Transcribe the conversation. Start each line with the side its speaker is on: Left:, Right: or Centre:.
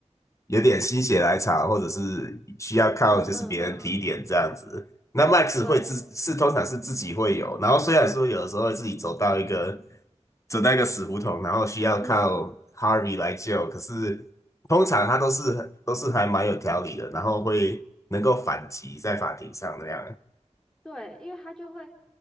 Left: 有点心血来潮，或者是需要靠就是别人提点这样子。
Centre: 嗯嗯，
Left: 那麦克 x
Centre: 对，
Left: 会自是通常是自己会有，然后虽然说有的时候会自己走到一个。走到一个死胡同，然后需要靠
Centre: 嗯。
Left: Harvey 来救。可是通常他都是都是还蛮有条理的，然后会能够反击在法庭上那样。
Centre: 对，因为他就会